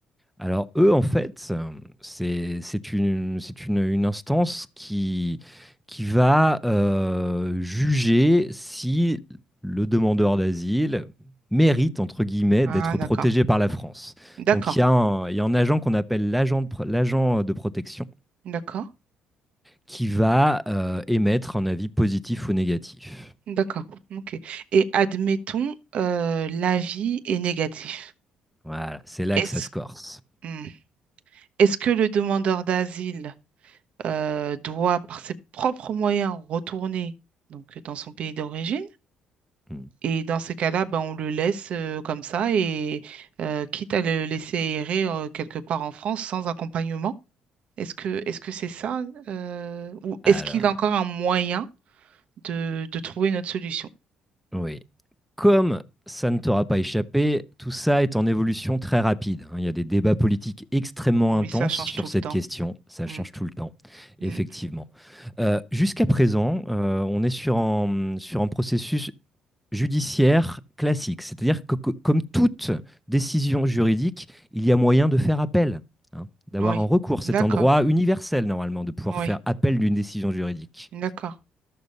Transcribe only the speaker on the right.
Ah,
d'accord.
D'accord.
D'accord.
D'accord. OK. Et admettons, euh, l'avis est négatif.
Est-ce
hmm. Est-ce que le demandeur d'asile euh, doit, par ses propres moyens, retourner donc, dans son pays d'origine?
Et dans ces cas-là, ben, on le laisse euh, comme ça et euh, quitte à le laisser errer euh, quelque part en France sans accompagnement. Est-ce que est-ce que c'est ça euh, ou
est-ce qu'il a encore un moyen? de, de trouver une autre solution.
Oui,
ça change
tout le
temps.
Mm,
mm.
Oui,
d'accord.
Oui,
d'accord.